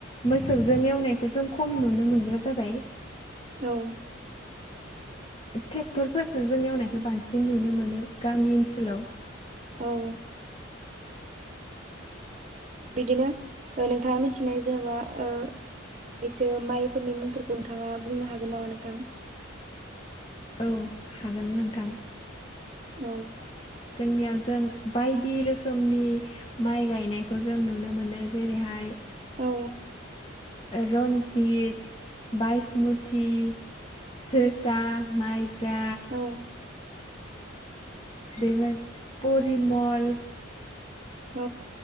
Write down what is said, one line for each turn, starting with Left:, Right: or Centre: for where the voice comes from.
Left: मोसौजों एवनायखौ जों खम नुनो मोनो नुग्रा जाबाय
Right: औ
Left: टेक्टरफोरजों जों एवनायखौ बांसिन नुनो मोनो गामि ओनसोलाव।
Right: औ बिदिनो ओ नोंथाङा मिथिनाय जेनेबा ओ एसो माइफोरनि मोनफोरखौ नोंथाङा बुंनो हागोन नामा नोंथां?
Left: औ हागोन नोंथां
Right: <inaudible>
Left: जोंनियाव जों बायदि रोखोमनि माइ गायनायखौ जों नुनो मोनो जेरैहाय
Right: औ
Left: रनजित बायसमुथि जोसा माइब्रा
Right: औ
Left: <unintelligible> परिमल
Right: औ